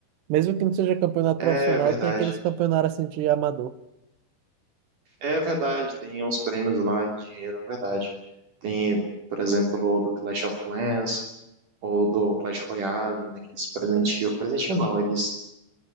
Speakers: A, on the right (about 75°); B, on the right (about 50°).
A: Mesmo que não seja campeonato
B: É
A: profissional,
B: verdade.
A: tem aqueles campeonatos assim de amador.
B: É verdade, tem uns prêmios lá em dinheiro, é verdade. Tem, por exemplo, o do Clash of Clans ou do Clash Royale, né? Que eles presenteiam. Presenteiam não, eles